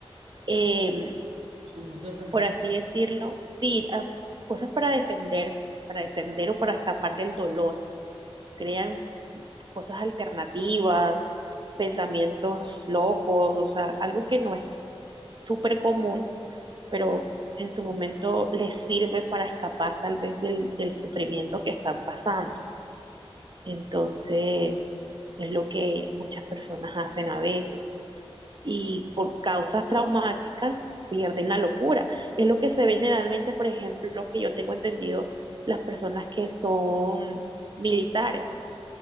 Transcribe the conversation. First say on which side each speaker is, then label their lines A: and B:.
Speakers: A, on the right; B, on the right.
A: em,
B: su mundo de fantasía.
A: por así decirlo, sí, a- cosas para defenderse, para defender o para escapar del dolor. Crean cosas alternativas, pensamientos locos, o sea, algo que no es súper común, pero en su momento les sirve para escapar tal vez del, del sufrimiento que están pasando. Entonces, es lo que muchas personas hacen a veces. Y por causas traumáticas pierden la locura. Es lo que se ve generalmente, por ejemplo, que yo tengo entendido, las personas que son militares,